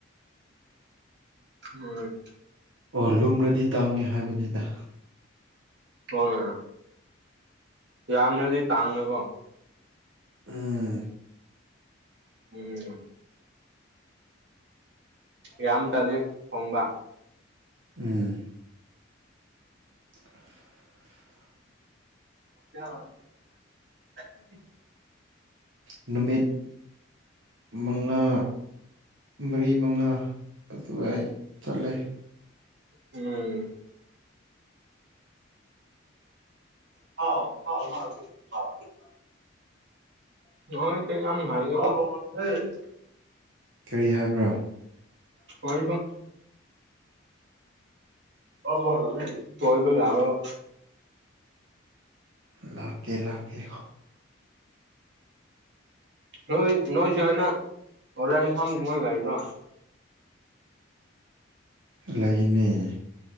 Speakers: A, on the right; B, on the right.
A: ꯎꯝ
B: ꯑꯣ ꯂꯨꯝꯔꯥꯗꯤ ꯇꯥꯡꯉꯦ ꯍꯥꯏꯕꯅꯤꯗ
A: ꯍꯣꯏ ꯌꯥꯝꯅꯗꯤ ꯇꯥꯡꯉꯀꯣ
B: ꯎꯝ
A: ꯎꯝ ꯌꯥꯝ ꯇꯥꯗꯤ ꯍꯣꯡꯕ
B: ꯎꯝ <inaudible>
A: <unintelligible>
B: ꯅꯨꯃꯤꯠ ꯃꯉꯥ ꯃꯔꯤ ꯃꯉꯥ ꯑꯗꯨꯋꯥꯏ ꯆꯠꯂꯦ
A: ꯎꯝ ꯍꯜꯂꯥꯎ <unintelligible> <unintelligible>
B: ꯀꯔꯤ ꯍꯥꯏꯕ꯭ꯔꯥ
A: <unintelligible> <unintelligible> ꯀꯣꯏꯕ ꯌꯥꯔꯣꯏ
B: ꯂꯥꯛꯀꯦ ꯂꯥꯛꯀꯦ
A: ꯅꯣꯏ ꯅꯣꯏ ꯁꯥꯏꯅ ꯍꯣꯔꯦꯟ ꯐꯥꯝ <unintelligible>
B: ꯂꯩꯅꯦ